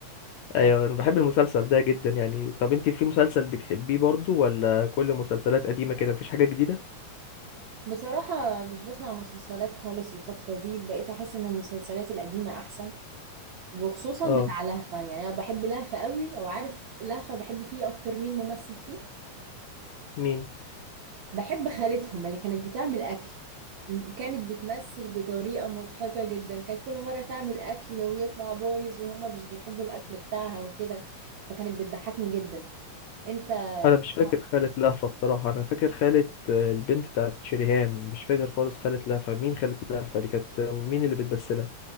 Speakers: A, on the right; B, on the left.
A: آه،
B: ايوه انا بحب المسلسل ده جدا يعني طب انت في مسلسل بتحبيه برضو ولا كل مسلسلات قديمة كده مفيش حاجة جديدة
A: بصراحه مش بسمع مسلسلات خالص الفتره دي بقيت احس ان المسلسلات القديمه احسن وخصوصا
B: اه
A: بتاع لهفة يعني انا بحب لهفة قوي او عارف لهفة بحب فيه اكتر مين ممثل فيه
B: مين
A: بحب خالتهم اللي كانت بتعمل اكل الم- كانت بتمثل بطريقة مضحكة جدا كانت كل مرة تعمل اكل ويطلع بايظ وهما مش بيحبوا الاكل بتاعها وكده فكانت بتضحكني جدا انت
B: انا مش
A: اسمع
B: فاكر خالة لهفة بصراحة انا فاكر خالة آه، البنت بتاعت شريهان مش فاكر خالص خالة لهفة مين خالة لهفة دي كانت مين اللي بتمثلها